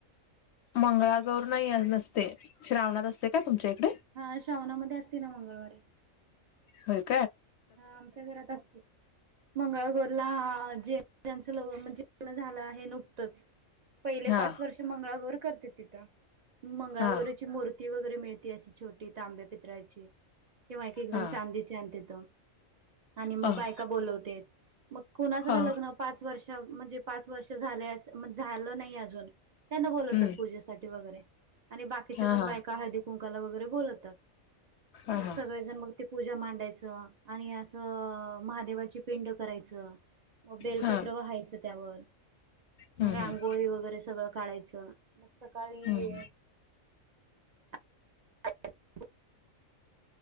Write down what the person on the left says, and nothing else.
मंगळागर नाही नसते श्रावणात असते का तुमच्या इकडे-
हा
हा
हा
हा
ह
हा
हम्म
हा
हा
हा
हा
हा
हम्म
हम्म
हम्म